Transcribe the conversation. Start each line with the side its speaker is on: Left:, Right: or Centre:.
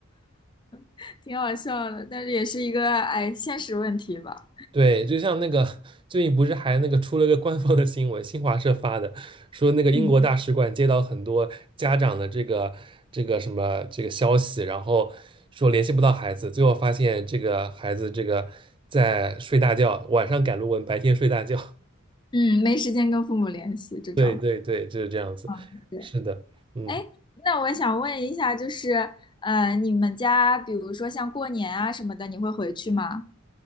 Left: <laughs>，挺好笑的，但是也是一个哎现实问题吧，
Right: 对，就像那个最近不是还那个出了个官方的新闻，新华社发的，说那个英国大使馆接到很多家长的这个这个什么这个消息，
Left: 嗯
Right: 然后说联系不到孩子，最后发现这个孩子这个在睡大觉，晚上赶论文，白天睡大觉。<laughs>
Left: 嗯，没时间跟父母联系这种，
Right: 对对对，就是这样子。
Left: 嗯，对，
Right: 是的，嗯，
Left: 哎，那我想问一下，就是呃，你们家比如说像过年啊什么的，你会回去吗？